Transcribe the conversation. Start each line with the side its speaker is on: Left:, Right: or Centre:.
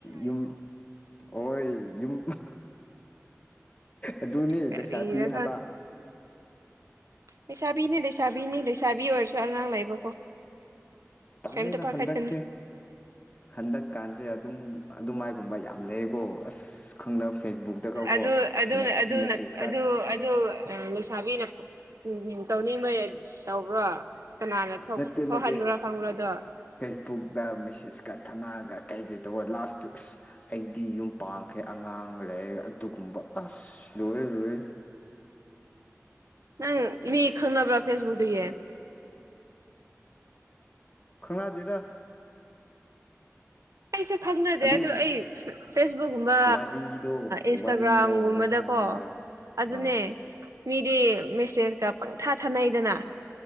Left: ꯌꯨꯝ ꯑꯣꯏ ꯌꯨꯝ ꯑꯗꯨꯅꯤ
Right: ꯀꯔꯤꯔ
Left: ꯄꯩꯁꯥ ꯄꯤ ꯍꯥꯏꯕ
Right: ꯂꯩꯁꯥꯕꯤꯅꯤ ꯂꯩꯁꯥꯕꯤꯅꯤ ꯂꯩꯁꯥꯕꯤ ꯑꯣꯏꯔꯁꯨ ꯑꯉꯥꯡ ꯂꯩꯕꯀꯣ
Left: ꯀꯜꯂꯤꯗ
Right: ꯀꯩꯝꯇ ꯄꯥꯈꯠꯀꯅꯨ
Left: ꯍꯟꯗꯛꯁꯦ ꯍꯟꯗꯛꯀꯥꯟꯁꯦ ꯑꯗꯨꯝ ꯑꯗꯨꯃꯥꯏꯒꯨꯝꯕ ꯌꯥꯝ ꯂꯩꯀꯣ ꯑꯁ ꯈꯪꯗ ꯐꯦꯁꯕꯨꯛꯇꯒꯀꯣ
Right: ꯑ ꯑꯗꯨ ꯑꯗꯨ
Left: ꯃꯦꯁꯦꯁꯀ
Right: ꯅ ꯑ ꯑꯗꯨ ꯑ ꯂꯁꯕꯤ ꯅꯞ ꯎꯝ ꯎꯝ ꯇꯧꯅꯤꯡ ꯃꯣꯏ ꯇꯧꯕ꯭ꯔꯣ ꯀꯅꯥꯅ
Left: ꯅꯠꯇꯦ
Right: ꯊꯣꯛꯍꯟꯕ꯭ꯔꯥ
Left: ꯅꯠꯇꯦ
Right: ꯈꯪꯕ꯭ꯔꯥꯗꯣ
Left: ꯐꯦꯁꯕꯨꯛꯇ ꯃꯦꯁꯦꯁꯀ ꯊꯥꯅꯔꯒ ꯀꯩ ꯀꯩꯇꯧꯕ ꯂꯥꯁꯇ ꯑꯁ ꯑꯩꯗꯤ ꯌꯨꯝ ꯄꯥꯡꯈ꯭ꯔꯦ ꯑꯉꯥꯡ ꯂꯩ ꯑꯗꯨꯒꯨꯝꯕ ꯑꯁ ꯂ ꯂꯋ
Right: <unintelligible> ꯅꯪ ꯃꯤ ꯈꯪꯅꯕ꯭ꯔꯥ ꯐꯦꯁꯕꯨꯛꯇꯒꯤ
Left: ꯈꯅꯥꯗꯦꯗ
Right: ꯑꯩꯁꯨꯦ ꯈꯪꯅꯗꯦ
Left: ꯑꯗꯨꯝ
Right: ꯑꯗꯨꯗ ꯑꯩ ꯐꯦꯁꯕꯨꯛꯀꯨꯝꯕ
Left: ꯋꯥꯔꯤꯗꯣ
Right: ꯏꯟꯁꯇꯥꯒ꯭ꯔꯥꯝꯒꯨꯝꯕꯗꯀꯣ
Left: ꯋꯥꯔꯤꯗꯣ ꯑꯗꯨꯝ ꯍꯥꯏꯕꯅꯤꯗ
Right: ꯑꯗꯨꯗꯅꯦ
Left: ꯑꯥ
Right: ꯃꯤꯗꯤ ꯃꯦꯁꯦꯁꯀ ꯄꯪꯊꯥ ꯊꯥꯅꯩꯗꯅ